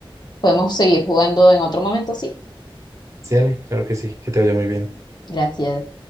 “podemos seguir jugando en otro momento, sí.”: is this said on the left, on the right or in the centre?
Left